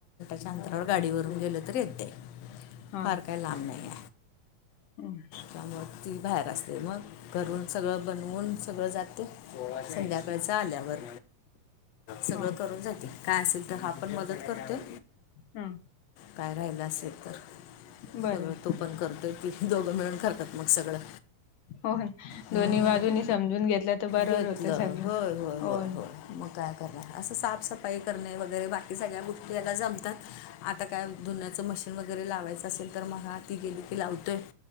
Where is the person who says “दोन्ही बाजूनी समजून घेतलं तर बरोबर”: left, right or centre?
Left